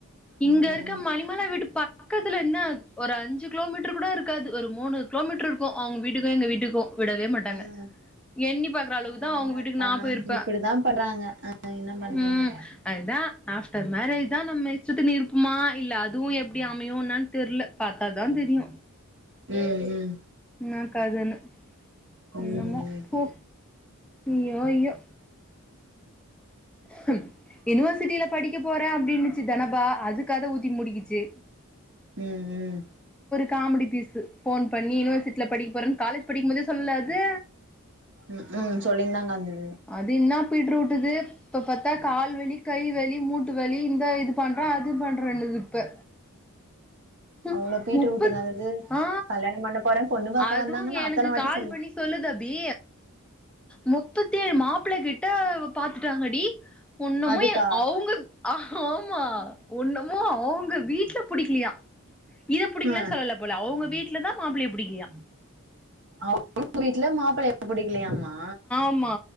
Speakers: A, in the centre; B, on the right.
A: இங்க
B: ம்
A: இருக்க
B: ம்
A: மணிமலா வீட்டு பா பக்கத்துல என்ன ஒரு அஞ்சு கிலோமீட்டர் கூட இருக்காது ஒரு மூணு கிலோமீட்டர் இருக்கூ அவுங்க வீட்டுக்கூ எங்க வீட்டுக்கூ விடவே மாட்டாங்க
B: ம்
A: எண்ணி பாக்ற அளவுக்கு
B: ஆ
A: தோ அவுங்க
B: என்னாத்தா
A: வீட்டுக்கு நான் போயிருப்ப
B: இப்டிதா பண்றாங்க ஆ என்ன பண்றாங்க
A: ம் அதா ஆஃப்டர் மேரேஜ் இதான் நம்ம இஷ்டத்துக்கு இருப்பமா இல்ல அதுவு எப்டி அமையு ன்னான் தெர்ல பாத்தாதான் தெரியு
B: ம் ம் ம்
A: ன்னாகதுன்னு
B: ம்
A: என்னமோ
B: ம்
A: போ ஐயோ ஐயோ ம் யூனிவர்சிட்டியில படிக்க போறே அப்படின்னுச்சு தனபா அது கத ஊத்தி மூடிக்கிச்சி
B: ம் ம்
A: காமெடி பீஸு ஃபோன் பண்ணி யூனிவர்சிட்டில படிக்க போறேன் காலேஜ் படிக்கும் போதே சொல்லல அது
B: ம் கூம் சொல்லிந்தாங்கடந்தது
A: அதின்னாப் பீட்ரு வுட்டுது இப்ப பாத்தா கால்வலி கைவலி மூட்டு வலி இந்த இது பண்ற அது பண்றேனுது அதுப்ப ம்
B: அவ்ளோ பீட்ரு
A: முப்பத்
B: வுட்டுங்க அதாது
A: ஆ
B: கல்யாணம் பண்ண போறே பொண்ணு பாக்க
A: அதுவு
B: வந்தாங்கன்னு அத்தன
A: எனக்கு
B: வாட்டி
A: கால்
B: சொல்லி
A: பண்ணி சொல் சொல்லுது அபி மு முப்பேத்தேழு மாப்ள கிட்ட பாத்துட்டாங்கடி ஒன்னமு
B: அதுக்கா
A: எ அவுங்க அ ஹஆமா ஒண்ணமு அவுங்க வீட்ல புடிக்லயா இத பிடிக்கலன்னு
B: ம்
A: சொல்லல போல அவுங்க வீட்ல வீட்லதா மாப்ளைய புடிக்கிலியா
B: அவுங்க வீட்ல மாப்ளைய புடிக்கலையாம்மா
A: ஆமா